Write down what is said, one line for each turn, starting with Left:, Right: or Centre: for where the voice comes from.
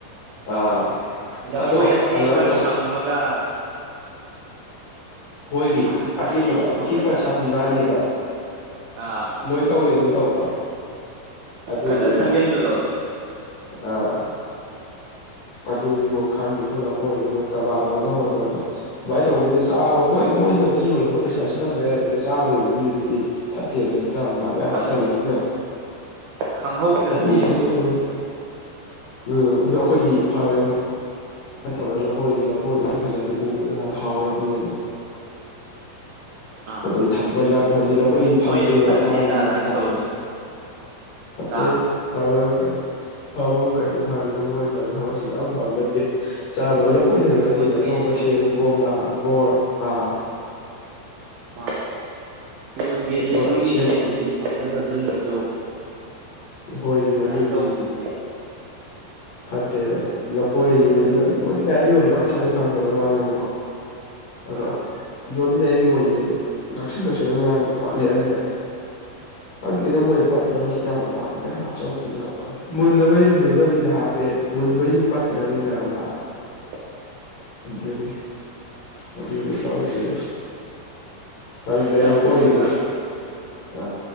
Left: ꯑꯥ
Right: ꯂꯐꯣꯏ
Left: ꯑꯗꯣ
Right: ꯑꯇꯦꯛꯄ
Left: ꯑ ꯍꯥꯏ ꯇꯣ
Right: ꯁꯝꯃꯒ
Left: ꯍꯣꯏꯃꯤ
Right: ꯁꯥꯊꯤ ꯁꯥꯊꯤ
Left: ꯑꯇꯦꯛꯄꯗꯣ
Right: ꯌꯣꯝꯃꯖꯥꯠꯅꯤ
Left: ꯑꯇꯦꯛꯄ ꯁꯥꯕꯤ ꯃꯥꯅꯦ ꯑꯗꯣ
Right: ꯑꯥ
Left: ꯂꯣꯏ ꯇꯧꯏꯑꯦ ꯑꯗꯨ ꯇꯧ ꯇꯧ ꯑꯗꯨꯗꯤ
Right: ꯀꯜꯂ
Left: ꯃꯤꯗꯥ
Right: ꯁꯪꯖꯟꯕꯗꯣ
Left: ꯑꯥ ꯑꯗꯨꯅꯤꯕꯣ ꯈꯪꯗꯦꯕꯣ ꯂꯐꯣꯏ ꯃꯣꯏ ꯀꯔꯕꯥꯔ ꯇꯧꯅꯕ ꯍꯣꯠꯅꯕꯗ ꯑꯗꯨꯃꯥꯏꯅ ꯇꯧꯅꯤꯅ ꯆꯥꯕ ꯍꯣꯏ ꯃꯣꯏꯅꯕꯨꯗꯤ ꯌꯣꯜꯂꯝꯕ ꯄꯩꯁꯥ ꯁꯤꯜꯂꯝꯕ ꯌꯥꯏ ꯑꯗꯣ ꯆꯥꯗꯧꯔꯤꯕ ꯃꯤꯗꯨꯗꯤ ꯐꯠꯇꯦ ꯑꯗꯨꯅ ꯍꯇꯥꯛ ꯆꯥꯛ ꯃ
Right: ꯐꯠꯇꯦ
Left: ꯍꯥꯞꯆꯜꯂꯅꯤꯅ
Right: ꯈꯪꯍꯧꯗ꯭ꯔꯗꯤ
Left: ꯑꯗꯨꯒꯨꯝꯕꯅꯁꯨ
Right: ꯑꯗꯨ
Left: ꯑꯣꯏ ꯎꯝ ꯑꯗꯨ ꯑꯩꯈꯣꯏꯗꯤ ꯐꯔꯦ ꯐꯠꯇꯕ꯭ꯔꯥ ꯂꯐꯣꯏꯁꯦ ꯂꯐꯣꯏꯁꯦ ꯐꯖꯔ ꯎꯕꯗ ꯍꯥꯎꯔꯗꯤꯅ
Right: ꯑꯥ
Left: ꯑꯗꯩ ꯊꯝꯕ ꯌꯥꯗ꯭ꯔꯦ ꯍꯧꯖꯤꯛ ꯂꯈꯣꯏ ꯐꯪꯗꯦꯕ
Right: ꯃꯣꯏ ꯐꯠꯇꯦꯗ
Left: ꯇꯥꯡꯕꯨ
Right: ꯑꯗꯥꯏꯅ
Left: ꯇꯥꯡꯉꯦ
Right: ꯇꯧꯔꯤ
Left: ꯐꯇꯦ
Right: ꯇꯥꯡꯉꯤ
Left: ꯐꯕꯍꯥꯏꯕꯨ ꯐꯕꯕꯨ ꯀꯩꯗ ꯐꯗꯣꯏꯅꯣ ꯃꯣꯏꯅ ꯇꯧꯔꯤ ꯊꯕꯛꯁꯤꯅ ꯌꯥꯝ ꯐꯕ ꯅꯠꯇꯦ ꯆꯥꯅꯕ ꯂꯐꯣꯏꯊꯗ
Right: ꯌꯣꯟꯒꯦꯁꯨ
Left: ꯅꯠꯇꯦꯅꯦ ꯑꯇꯣꯞꯄ ꯁꯦꯝ ꯀꯣꯝꯂꯥ ꯑꯪꯒꯣꯔ ꯑꯥ
Right: ꯃꯥ ꯌꯣꯟꯒꯦꯁꯨ
Left: ꯑꯗꯣ
Right: ꯃꯣꯏꯒꯤ
Left: ꯁꯦꯝ
Right: ꯁꯦꯟꯗꯣꯡꯗꯣ ꯐꯪꯅꯕ ꯑꯗꯨꯝ ꯌꯣꯟꯖꯧ
Left: ꯍꯣꯏꯅꯦ
Right: ꯑꯗꯥꯏꯅ
Left: ꯑꯗꯨꯗꯤꯅꯦ
Right: ꯇꯧꯕꯗꯨꯗꯤ
Left: ꯐꯠ ꯂꯐꯣꯏ ꯌꯣꯜꯂꯤꯕ ꯌꯣꯜꯂꯤꯕ ꯃꯌꯥꯝ ꯌꯣꯜꯂꯤ ꯑꯩꯈꯣꯏ ꯁ꯭ꯋꯥꯏ ꯐꯪꯗꯕꯩ ꯋꯥꯅꯦꯕꯀꯣ ꯑꯗ
Right: ꯑꯥ
Left: ꯌꯣꯟꯗꯤ ꯃꯌꯥꯝ ꯌꯣꯜꯂꯤꯗꯦꯗꯣ ꯉꯥꯛꯁ ꯉꯁ ꯄꯠꯂꯦꯗ
Right: ꯃꯥꯅꯤ
Left: ꯍꯪꯗꯤꯗ ꯃꯣꯏ ꯄꯠꯇ ꯅꯨꯡꯗꯥꯛ ꯃ ꯍꯥꯞꯆꯟꯗꯅ ꯃꯨꯟꯗꯕꯩꯁꯨ ꯃꯨꯟꯅꯕꯩꯗ ꯍꯥꯞꯄꯦ ꯃꯨꯟꯕꯩꯁꯨ ꯄꯠꯇꯅꯕꯩ ꯍꯤꯗꯥꯛ ꯍꯞꯄꯦ
Right: <inaudible>
Left: ꯑꯗꯨꯅꯤ ꯑꯗꯨ ꯍꯧꯖꯤ ꯇꯧꯔꯤꯁꯦ ꯈꯪꯗ꯭ꯔꯦ
Right: ꯐꯖꯅ
Left: ꯂꯐꯣꯏꯁꯦ
Right: ꯃꯨꯜꯂꯒ
Left: ꯑ